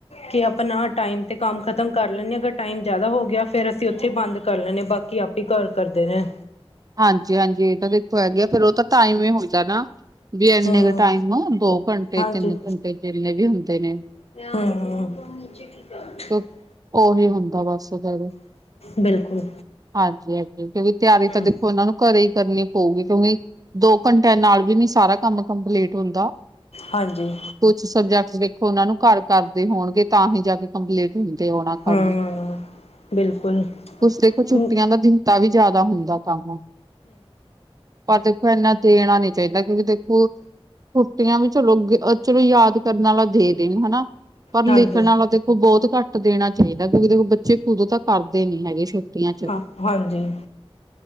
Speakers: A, on the left; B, on the right.
A: ਕਿ ਆਪਣਾ ਟਾਈਮ ਤੇ ਕੰਮ ਖ਼ਤਮ ਕਰ ਲੈਂਦੇ ਹਾਂ ਅਗਰ ਟਾਈਮ ਜਿਆਦਾ ਹੋ ਗਿਆ ਫੇਰ ਅਸੀਂ ਉੱਥੇ ਬੰਦ ਕਰ ਲੈਣੇ ਬਾਕੀ ਆਪ ਹੀ ਘਰ ਕਰਦੇ ਨੇ
B: ਹਾਂਜੀ, ਹਾਂਜੀ ਇਹ ਤਾਂ ਦੇਖੋ ਹੈਗੀ ਆ ਫੇਰ ਉਹ ਤਾਂ ਟਾਈਮ ਹੀ ਹੁੰਦਾ ਨਾ। ਵੀ ਇੰਨੇ
A: ਹਮ
B: ਕ ਟਾਈਮ ਨੂੰ ਦੋ ਘੰਟੇ
A: ਹਾਂਜੀ
B: ਤਿੰਨ ਘੰਟੇ ਜਿੰਨੇ ਵੀ ਹੁੰਦੇ ਨੇ
A: ਹਮ <unintelligible>
B: ਕਿਉਂ- ਉਹੀ ਹੁੰਦਾ ਬਸ ਫੇਰ
A: ਬਿਲਕੁਲ
B: ਹਾਂਜੀ, ਹਾਂਜੀ ਕਿਉਂਕਿ ਤਿਆਰੀ
A: ਹਮ
B: ਤਾਂ ਉਹਨਾਂ ਨੂੰ ਕੱਰੇ ਹੀ ਕਰਨੀ ਪਊਗੀ ਕਿਉਂਕਿ ਦੋ ਘੰਟਿਆਂ ਨਾਲ ਵੀ ਨੀ ਸਾਰਾ ਕੰਮ ਕੰਪਲੀਟ ਹੁੰਦਾ।
A: ਹਾਂਜੀ
B: ਕੁਛ ਸਬਜੈਕਟ ਦੇਖੋ ਉਹਨਾਂ ਨੂੰ ਘਰ ਕਰਦੇ ਹੋਣਗੇ ਤਾਂ ਹੀ ਜਾ ਕੇ ਕੰਪਲੀਟ ਹ ਤੇ ਹੋਣਾ ਕੰਮ
A: ਹਮ ਬਿਲਕੁਲ
B: ਉਸਦੇ ਕੋ ਛੁੱਟੀਆਂ
A: ਹਮ
B: ਦਾ ਦਿਨਤਾ ਵੀ ਜ਼ਾਦਾ ਹੁੰਦਾ ਕੰਮ, ਪਰ ਦੇਖੋ ਇੰਨਾ ਦੇਣਾ ਨੀ ਚਾਹੀਦਾ ਕਿਉਂਕਿ ਦੇਖੋ ਛੁੱਟੀਆਂ ਵੀ ਚਲੋ ਚਲੋ ਯਾਦ ਕਰਨ ਵਾਲਾ ਦੇਦੇ ਹਨਾ ਪਰ ਲਿਖਣ
A: ਹਾਂਜੀ
B: ਵਾਲਾ ਤੇ ਉਹ ਬਹੁਤ ਕੱਟ ਦੇਣਾ ਚਾਹੀਦਾ ਕਿਉਂਕਿ ਦੇਖੋ ਬੱਚੇ ਖੁਦੋਂ ਤਾਂ ਕਰਦੇ ਨੀ ਹੈਗੇ ਛੁੱਟੀਆਂ ਚ
A: ਹਾਂ ਹਾਂਜੀ